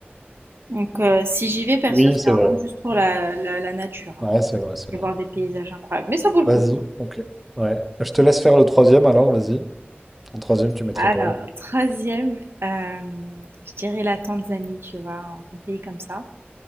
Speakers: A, on the right; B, in the centre.
A: Donc, euh, si j'y vais, perso,
B: Oui,
A: c'est
B: c'est vrai.
A: vraiment juste pour la, la, la nature. hein.
B: Ouais, c'est vrai, c'est
A: Je
B: vrai.
A: voir des paysages incroyables. Mais ça vaut le
B: Vas-y,
A: coup.
B: ok. Ouais. Je te laisse faire le troisième alors, vas-y. En troisième, tu mettrais
A: Alors,
B: quoi?
A: troisième, euh, je dirais la Tanzanie, tu vois, un, un pays comme ça.